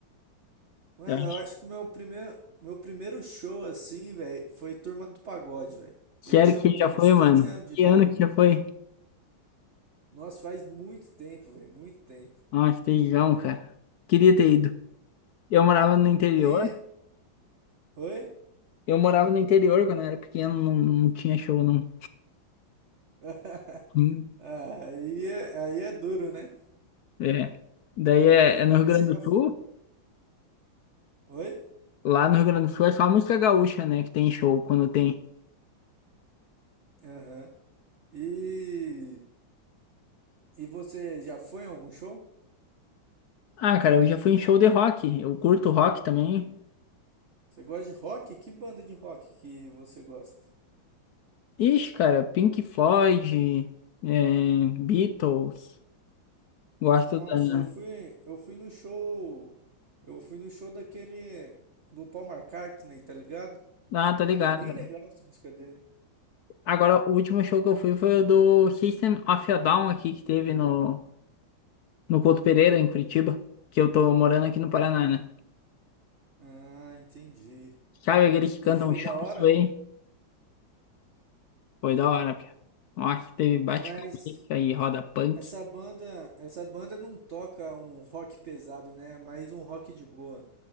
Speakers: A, on the right; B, on the left.
A: Mano,
B: Eu acho.
A: eu acho que o meu primeiro, meu primeiro show, assim, velho, foi Turma do Pagode, velho.
B: Sério
A: Eu tinha
B: que
A: o quê?
B: já
A: Uns
B: foi,
A: 15
B: mano?
A: anos de
B: Que
A: idade,
B: ano que
A: mano.
B: já foi?
A: Nossa, faz muito tempo, velho, muito tempo.
B: Nossa, teijão, cara. Queria ter ido. Eu morava no interior.
A: E. Oi?
B: Eu morava no interior quando eu era pequeno, não, não tinha show, não.
A: <laughs>
B: Hum,
A: Aí é, aí é duro, né?
B: É. Daí é, é no
A: Mas
B: Rio Grande
A: você já
B: do
A: foi.
B: Sul.
A: Oi?
B: Lá no Rio Grande do Sul é só a música gaúcha, né? Que tem show quando tem.
A: Aham. E. E você já foi em algum show?
B: Ah, cara, eu já fui em show de rock. Eu curto rock também.
A: Você gosta de rock? Que banda de rock que você gosta?
B: Ixi, cara, Pink Floyd, é, Beatles. Gosto
A: Nossa,
B: da.
A: eu fui, eu fui no show, eu fui no show daquele do Paul McCartney, tá ligado?
B: Ah, tô ligado,
A: É bem
B: cara.
A: legal as músicas dele.
B: Agora, o último show que eu fui foi o do System of a Down aqui, que teve no, no Couto Pereira, em Curitiba, que eu tô morando aqui no Paraná, né?
A: Ah, entendi.
B: Sabe aqueles que cantam
A: E foi
B: Chop
A: da hora,
B: Suey? Foi da hora, pia. Nossa, teve bate-cabeça
A: mas
B: e roda punk.
A: essa banda, essa banda não toca um rock pesado, né? É Mais um rock de boa.